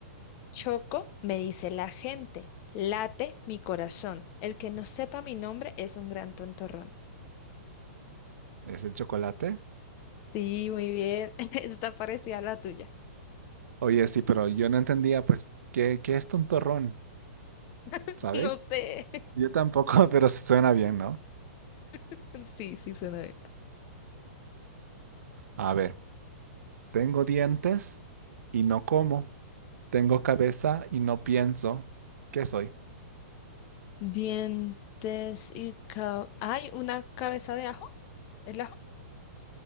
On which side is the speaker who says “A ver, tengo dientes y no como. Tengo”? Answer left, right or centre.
Right